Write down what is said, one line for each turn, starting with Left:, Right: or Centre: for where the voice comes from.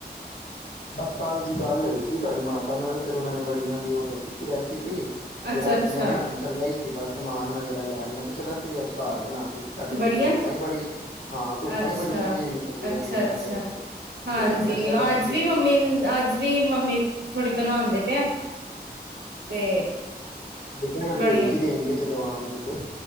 Left: ਬਸ ਕਾਲ ਜੀ ਗੱਲ ਹੋਈ ਸੀ ਤੁਵਾਡੀ ਮਾਤਾ ਨਾਲ ਫੇਰ ਔਨਾਂ ਨੇ ਵੜ ੜੀਆਂ ਦੀ ਔ ਦੱਸੀ ਸੀ ਰੈਸਿਪੀ ਫੇਰ
Right: ਅੱਛਾ
Left: ਅੱਜ
Right: ਅੱਛਾ
Left: ਮੈਂ ਵੀ ਹੁਣ ਚੱਲਾ ਈ ਸੀ ਬਸ ਸਮਾਨ ਵਗੈਰਾ ਲੈਣ ਮੈਂ ਕਿਆ ਚਲ ਅਸੀ ਵੀ ਅੱਜ ਘਰ ਬਣਾ ਕਿਉਂਕਿ ਸਾਡੇ ਇੱਥੇ
Right: ਬੜੀਆਂ
Left: ਤੇ ਧੁੱਪਾਂ ਈ ਬੜੀ ਹਾਂ ਧੁੱਪਾਂ
Right: ਅੱਛਾ,
Left: ਈ ਬੜੀ ਸੋਹਣੀਆਂ ਨਿਕਲਦੀਆਂ
Right: ਅੱਛਾ-ਅੱਛਾ।
Left: ਪਈਆਂ ਸਾਡੇ ਇੱਥੇ
Right: ਹਾਂਜੀ,
Left: ਤੇ ਮੈਂ ਕਿਆ ਚੱਲ ਅਸੀ
Right: ਅੱਜ
Left: ਵੀ ਬਣਾ
Right: ਮੰਮੀ
Left: ਲਈਏ
Right: ਅੱਜ ਵੀ ਮੰਮੀ ਥੋੜੀ ਬਣਾ ਦੇ ਪਿਐ ਤੇ
Left: ਦੇਖ ਲੈਨਾ
Right: ਵੜੀਏ
Left: ਭੇਜ ਹੀ ਦੇਣਗੇ ਜਦ ਜਦੋ ਆਣਗੇਂ ਤੇ।